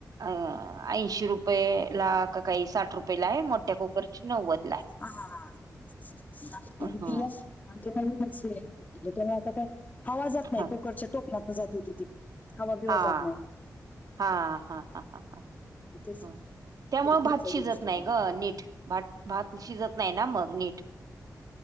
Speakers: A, on the right (about 70°); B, on the left (about 25°).
A: अं ऐंशी रुपये लां कांहीं साठ रुपये लां आहे मोठ्या कुकरची नव्वद लां आहे
B: हं हां हां साठ रूपयांला
A: हा
B: दिलं आणि ते नवीनचलं त्यांमुळे आंता कायं हवां जांत नाहीं
A: हा
B: कुकरच्या टोकणंत जातं होती ती हवा बिवा
A: हां
B: जात नाही आता
A: हां हां हां हं हं
B: तेच
A: हं त्यांमुळे
B: ते घेतलं
A: भांत
B: दुरुस्त
A: शिजतं नाहीं
B: करून
A: गं नीट भांत भांत शिजतं नाहीं नां मगं नीटं